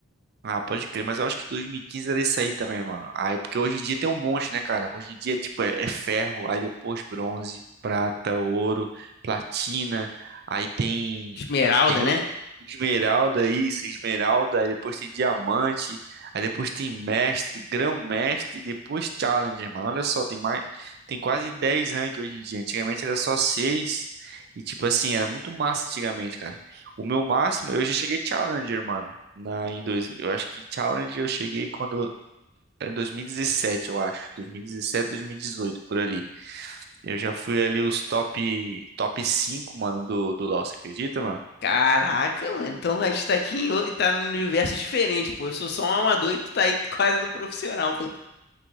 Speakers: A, on the right; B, on the left.
A: Ah, pode crer, mas eu acho que 2015 era isso aí também, mano. Aí, porque hoje em dia tem um monte, né, cara? Hoje em dia, tipo, é, é ferro, aí depois bronze, prata, ouro, platina, aí tem
B: Esmeralda,
A: tem outro
B: né?
A: esmeralda isso, esmeralda, aí depois tem diamante, aí depois tem mestre, grão-mestre, depois challenger, mano. Olha só, tem mais, tem quase 10 rank hoje em dia. Antigamente era só 6 e tipo assim, era muito massa antigamente, cara. O meu máximo, eu já cheguei challenger, mano. Na, em dois, eu acho que Challenge eu cheguei quando era em 2017, eu acho. 2017, 2018, por ali. Eu já fui ali os top top 5 mano, do, do LoL, você acredita, mano?
B: Caraca, mano, então a gente tá aqui em, o- tá num universo diferente, pô. Eu sou só um amador e tu tá aí quase no profissional, pô.